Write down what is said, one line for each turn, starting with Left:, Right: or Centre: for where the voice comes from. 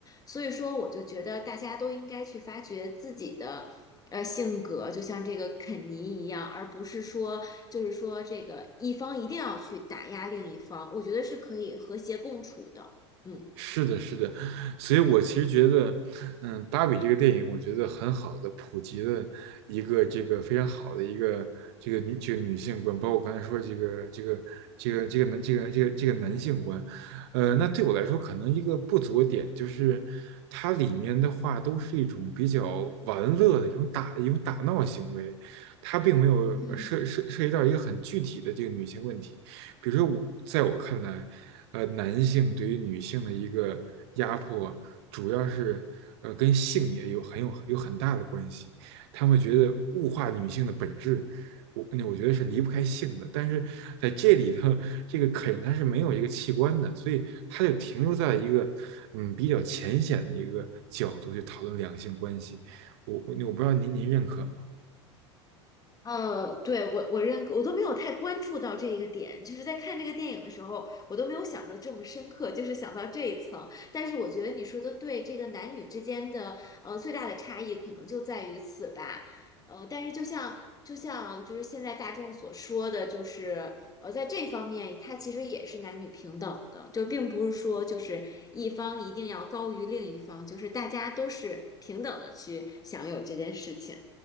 Left: 所以说，我就觉得大家都应该去发掘自己的呃性格，就像这个肯尼一样，而不是说就是说这个一方一定要去打压另一方，我觉得是可以和谐共处的。嗯。
Right: 是的，是的，所以我其实觉得，嗯，芭比这个电影，我觉得很好的普及了一个这个非常好的一个这个女这个女性观，包括我刚才说这个这个这个这个男这个这个这个男性观，呃，那对我来说可能一个不足的点就是，它里面的话都是一种比较玩乐的一种打一种打闹行为，它并没有呃涉涉涉及到一个很具体的这个女性问题。
Left: 嗯，
Right: 比如说我，在我看来，呃，男性对于女性的一个压迫，主要是呃跟性也有很有有很大的关系。他们觉得物化女性的本质，我那我觉得是离不开性的。但是在这里头，这个肯它是没有一个器官的，所以它就停留在一个嗯比较浅显的一个角度去讨论两性关系。我我我不知道您您认可吗？
Left: 呃，对，我我认可，我都没有太关注到这一个点，就是在看这个电影的时候，我都没有想到这么深刻，就是想到这一层。但是我觉得你说的对，这个男女之间的呃最大的差异可能就在于此吧。呃，但是就像就像就是现在大众所说的，就是呃在这方面，它其实也是男女平等的，就并不是说就是一方一定要高于另一方，就是大家都是平等的去享有这件事情。